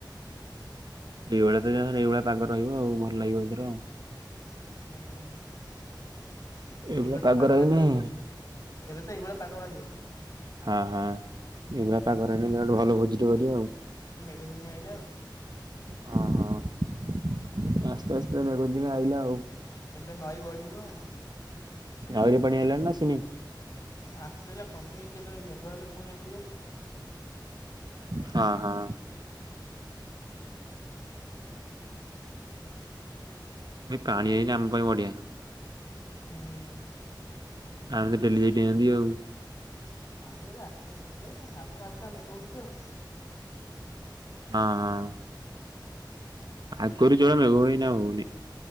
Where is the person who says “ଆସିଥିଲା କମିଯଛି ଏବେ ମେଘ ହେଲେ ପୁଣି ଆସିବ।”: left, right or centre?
Left